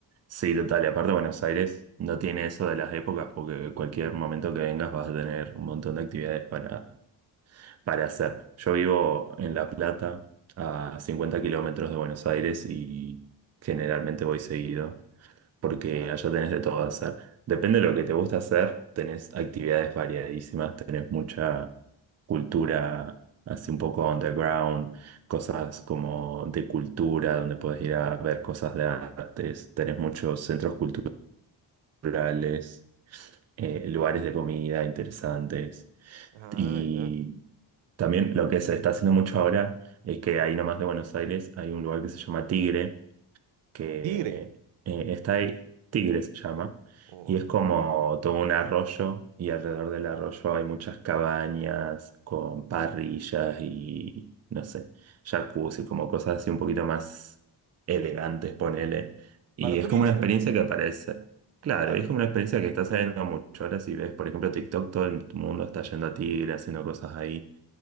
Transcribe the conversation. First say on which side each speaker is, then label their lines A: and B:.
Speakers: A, on the right (about 35°); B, on the right (about 85°).
A: sí, total, y aparte Buenos Aires no tiene eso de las épocas, porque cualquier momento que vengas vas a tener un montón de actividades para para hacer. Yo vivo en La Plata, a 50 kilómetros de Buenos Aires y generalmente voy seguido, porque
B: ¿ya?
A: allá tenés de todo hacer. Depende de lo que te gusta hacer, tenés actividades variadísimas, tenés mucha cultura, así un poco underground, cosas como de cultura, donde podés ir a ver cosas de artes, tenés muchos centros culturales culturales, eh, lugares de comida interesantes.
B: Ah,
A: Y
B: ya.
A: también lo que se está haciendo mucho ahora es que ahí nomás de Buenos Aires hay un lugar que se llama Tigre, que
B: Tigre.
A: eh, está ahí, Tigre se llama,
B: Oh,
A: y es
B: ya.
A: como todo un arroyo, y alrededor del arroyo hay muchas cabañas con parrillas y, no sé, jacuzzi, como cosas así un poquito más elegantes, ponele. Y
B: Para
A: es
B: turista,
A: como una experiencia que aparece. Claro,
B: claro.
A: y es como una experiencia que está saliendo mucho. Ahora si ves, por ejemplo, TikTok, todo el mundo está yendo a Tigre, haciendo cosas ahí.